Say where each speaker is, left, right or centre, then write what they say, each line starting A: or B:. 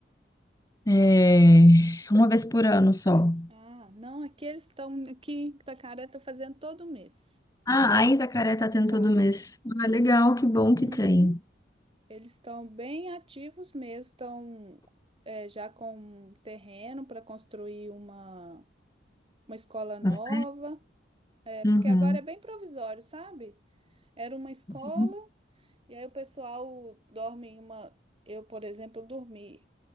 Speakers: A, on the left; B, on the right.
A: é, uma vez por ano só.
B: Ah, não, aqui eles estão, aqui Itacaré tá fazendo todo mês.
A: Ah, ainda a Itacaré tá tendo
B: Tá.
A: todo mês. Ah, legal, que bom
B: Uhum.
A: que tem.
B: Eles estão bem ativos mesmo, estão é, já com terreno para construir uma, uma escola nova.
A: Você?
B: É, porque
A: Uhum.
B: agora é bem provisório, sabe? Era uma escola,
A: Sim.
B: e aí o pessoal dorme em uma. Eu, por exemplo, dormi.